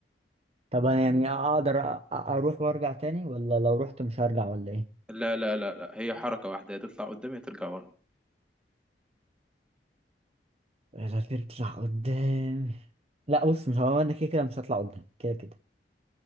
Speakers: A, on the right (about 35°); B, in the centre.
A: طب انا يعني اقدر أ- أ- اروح وارجع تاني ولا لو رحت مش هرجع ولا ايه
B: لا لا لا لا هي حركه واحده يا تطلع قدام يا ترجع ورا
A: لا تطلع قدام لا بص مش هو انا كده كده مش هطلع قدام كده كده